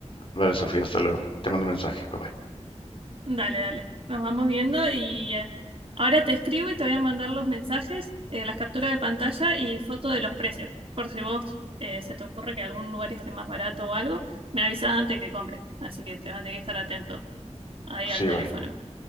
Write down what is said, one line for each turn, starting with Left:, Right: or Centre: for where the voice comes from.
Left: Vale, Sofía, hasta luego. Te mando un mensaje. Bye bye.
Right: Dale, dale. Nos vamos viendo y eh, ahora te escribo y te voy a mandar los mensajes, eh, las capturas de pantalla y foto de los precios. Por si vos eh, se te ocurre que algún lugar esté más barato o algo, me avisas antes que compre. Así que te vas a tener que estar atento ahí
Left: Sí,
Right: al teléfono.
Left: bye.